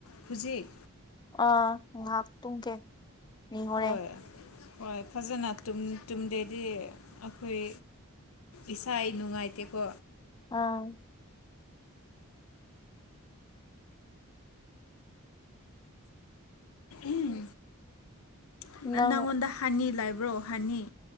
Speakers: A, on the left; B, on the left.
A: ꯍꯧꯖꯤꯛ
B: ꯑ ꯍꯥꯥꯛ ꯇꯨꯡꯒꯦ ꯃꯤꯅꯤꯍꯔꯦ
A: ꯍꯣꯏ ꯍꯣꯏ ꯐꯖꯅ ꯇꯨꯝꯗꯦꯗꯤ ꯑꯩꯈꯣꯏ ꯏꯁꯥ ꯑꯩ ꯅꯨꯡꯉꯥꯏꯇꯦꯀꯣ
B: ꯑꯥ
A: ꯎꯝ ꯎꯝ
B: ꯅꯪ
A: ꯅꯪꯉꯣꯟꯗ ꯍꯅꯤ ꯂꯥꯏꯕ꯭ꯔꯣ ꯍꯅꯤ